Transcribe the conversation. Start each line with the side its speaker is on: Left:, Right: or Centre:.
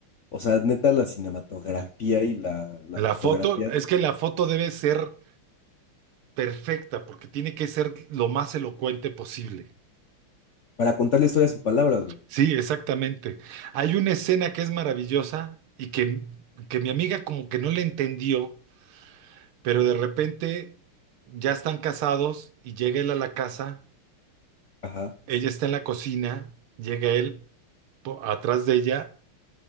Left: o sea, neta, la cinematografía
Right: sí.
Left: y la, la
Right: La
Left: fotografía,
Right: foto, es que la foto debe ser perfecta, porque tiene que ser lo más elocuente posible.
Left: para contar la historia sin palabras, güey.
Right: Sí, exactamente. Hay una escena que es maravillosa y que, que mi amiga como que no le entendió, pero de repente ya están casados y llega él a la casa,
Left: Ajá.
Right: ella está en la cocina, llega él po- atrás de ella,